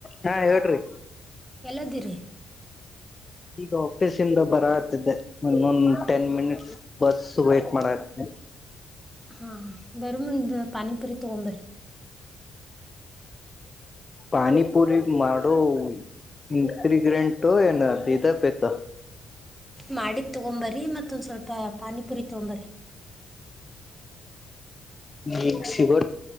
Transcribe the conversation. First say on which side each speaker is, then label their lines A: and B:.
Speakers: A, on the left; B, in the centre.
A: ಹಾ ಹೇಳ್ರಿ
B: ಎಲ್ಲದಿರೆ
A: ಈಗ ಆಫೀಸಂದ ಬರ ಆತಿದ್ದೆ ಇನ್ನೊಂದು ಟೆನ್ ಮಿನಿಟ್ ಬಸ್ ವೇಟ್ ಮಾಡಕತ್ತೀನಿ.
B: ಹಾ ಬರ ಮುಂದ್ ಪಾನಿಪುರಿ ತಗೊಂಬರ್ರೀ
A: ಪಾನಿ ಪುರಿ ಮಾಡಡು ಇನ್ಕ್ರಿಗ್ರೆಂಟ್ ಏನ್ ಹ ಪಿದ ಪೆತ?
B: ಮಾಡಿದ ತಗೊಂಬರ್ರೀ ಮತ್ತೊಂದ್ ಸ್ವಲ್ಪ ಪಾನಿಪುರಿ ತೊಂಬರ್ರೀ
A: ನಿ ಸಿಗೋ